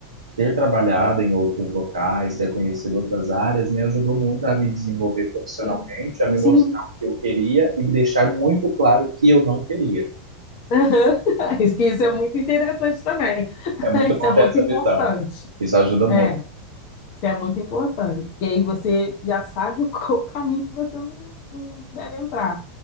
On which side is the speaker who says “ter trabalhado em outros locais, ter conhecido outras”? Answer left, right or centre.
Right